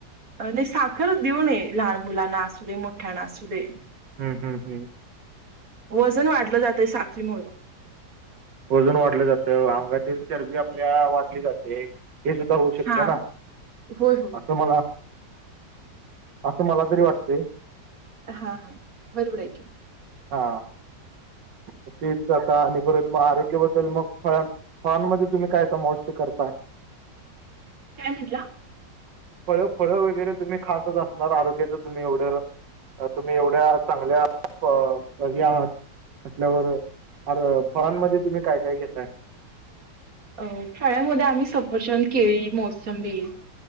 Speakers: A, on the right; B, on the right.
A: नाही साखरच देऊ नये लहान मुलांना असू दे मोठ्यांना असू दे
B: हम्म हम् हम्
A: वजन वाढलं जाते साखरीमुळं.
B: वजून वाढलं जातं अंगातील चरबी आपल्या वाढली जाते. हे सुद्धा होऊ शकते
A: हा
B: ना
A: होय होय
B: असं मला. असं मला तरी वाटते.
A: हा हा बरोबर आहे की.
B: हां. तेच तर आता आणि परत मग आरोग्याबद्दल मग फळा फॉर्म मध्ये तुम्ही काय समाविष्ट करताय
A: काय म्हटला
B: फळ फळं वगैरे तुम्ही खात असणार आरोग्याचं तुम्ही एवढं तुम्ही एवढ्या चांगल्या आहात असल्यावर अर फळांमध्ये तुम्ही काय काय घेताय
A: हो फळामध्ये आम्ही सफरचंद, केळी, मोसमबी...